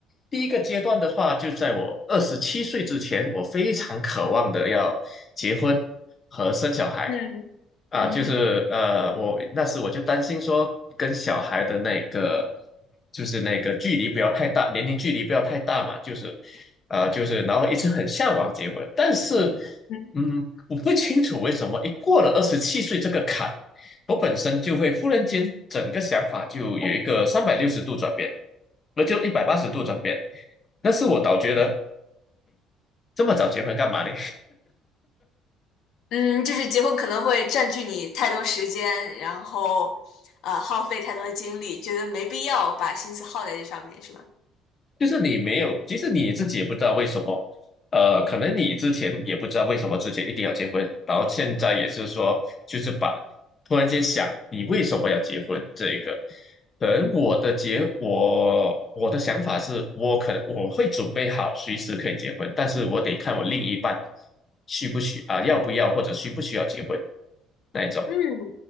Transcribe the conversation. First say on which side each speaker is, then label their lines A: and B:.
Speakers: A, on the left; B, on the left.
A: 第一个阶段的话，就在我二十七岁之前，我非常渴望的要结婚和生小孩
B: 嗯嗯
A: 啊，就是呃，我那时我就担心说，跟小孩的那个就是那个距离不要太大，年龄距离不要太大嘛，就是啊、呃就是然后一直很向往结婚，但是。
B: 哼。
A: 嗯，我不清楚为什么一过了二十七岁这个坎，我本身就会忽然间整个想法就有一个三百六十度转变，那就一百八十度转变。那是我倒觉得这么早结婚干嘛呢？
B: 嗯，就是结婚可能会占据你太多时间，然后呃耗费太多精力，觉得没必要把心思耗在这上面，是吗？
A: 就是你没有，其实你自己也不知道为什么，呃，可能你之前也不知道为什么之前一定要结婚，然后现在也是说，就是把突然间想你为什么要结婚这一个，可能我的结我我的想法是我可能我会准备好随时可以结婚，但是我得看我另一半需不需啊、要不要或者需不需要结婚那一种，
B: 嗯，